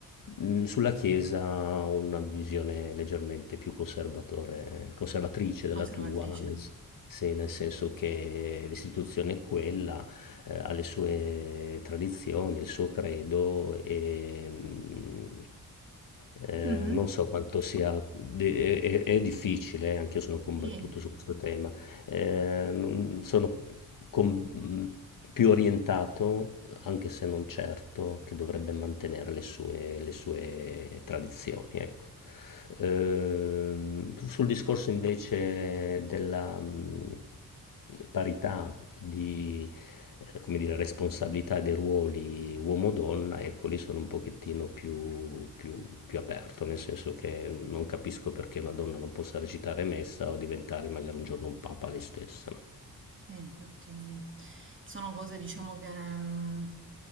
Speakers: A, on the left; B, on the right.
A: Mm, Sulla Chiesa una visione leggermente più conservatore- conservatrice della
B: Conservatrice.
A: tua, nel, s- sì, nel senso che l'istituzione è quella, eh, ha le sue tradizioni, il suo credo e... mm, eh,
B: Mhm.
A: non so quanto sia, de- è, è- è difficile, anche io sono combattuto
B: Sì.
A: su questo tema, eh, non- sono con- mh, più orientato, anche se non certo, che dovrebbe mantenere le sue, le sue tradizioni, ecco. Ehm, sul discorso invece della mh, parità di, eh, come dire, responsabilità dei ruoli uomo-donna, ecco, lì sono un pochettino più, più- più aperto, nel senso che non capisco perché una donna non possa recitare messa o diventare magari un giorno un papa lei stessa, no?
B: Sì, infatti sono cose, diciamo che mm,